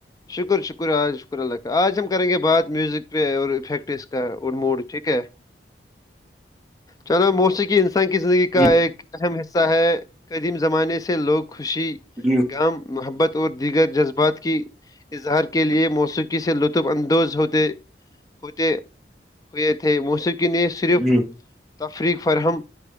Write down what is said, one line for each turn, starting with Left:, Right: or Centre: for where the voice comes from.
Left: شکر شکر آ شکر اللہ کا آج ہم کریں گے بات میوزک <unintelligible> اور افیکٹ اس کا اور موڈ ٹھیک ہے چلو موسیق انسان کی زندگی کا
Centre: جی
Left: ایک اہم حصہ ہے قدیم زمانے سے لوگ خوشی
Centre: جی <inaudible>
Left: عام محبت اور دیگر جذبات کی اظہار کے لیے موسیقی سے لطف اندوز ہوتے ہوتے ہوئے تھے موسیق ن <unintelligible> صرف
Centre: جی
Left: تفریقرم